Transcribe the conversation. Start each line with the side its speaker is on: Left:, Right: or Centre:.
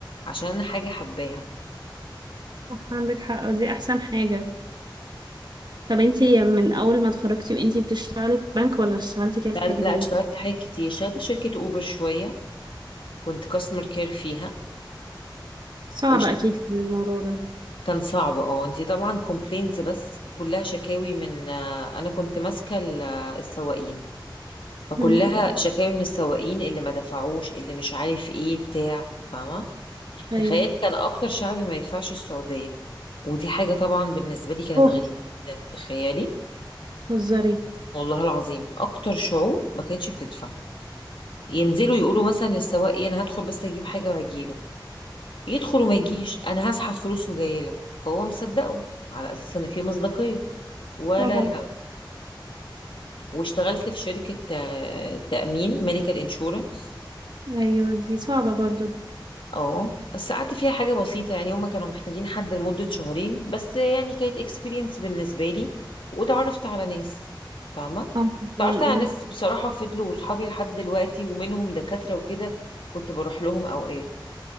Left: عشان انا حاجه حباها
Right: صح عندك حق ودي احسن حاجة طب انتي من اول ما اتخرجتي وانتي بتشتغلي في بنك ولا اشتغلتي كده في
Left: لا
Right: حاجة
Left: لا لا،
Right: تاني
Left: اشتغلت حاجات كتير اشتغلت في شركة اوبر شوية كنت كاستمر كير فيها
Right: صعب
Left: وش
Right: اكيد كان الموضوع ده
Left: كان صعب اه انتي طبعا كومبلينز بس كلها شكاوي من آه، انا كنت ماسكة ال- آه، السواقين فكلها
Right: مم.
Left: شكاوي من السواقين اللي ما دفعوش اللي مش عارف ايه بتاع فاهمة
Right: ايوه
Left: تخيلي كان اكتر شعب ما يدفعش السعودية ودي حاجة طبعا بالنسبة لي كانت
Right: اوف
Left: غريبة جدا تخيلي
Right: بتهزري
Left: والله العظيم اكتر شعوب ما كانتش بتدفع ينزلوا يقولوا مثلا للسواق ايه انا هدخل بس اجيب حاجة وهجيلك يدخل وما يجيش انا هسحب فلوس وجاي لك فهو مصدقه على اساس ان في مصداقيه ولا
Right: طبعا
Left: لا واشتغلت في شركه آه، تامين ميديكال انشورنس
Right: ايوه دي صعبة برضو
Left: اه بس قعدت فيها حاجه بسيطه يعني هما كانوا محتاجين حد لمده شهرين بس يعني كانت اكسبيرينس بالنسبه لي وتعرفت على ناس فاهمه
Right: اه طبعا
Left: تعرفت على
Right: اه
Left: ناس بصراحه فضلوا صحابي لحد دلوقتي ومنهم دكاتره وكده كنت بروح لهم اوقات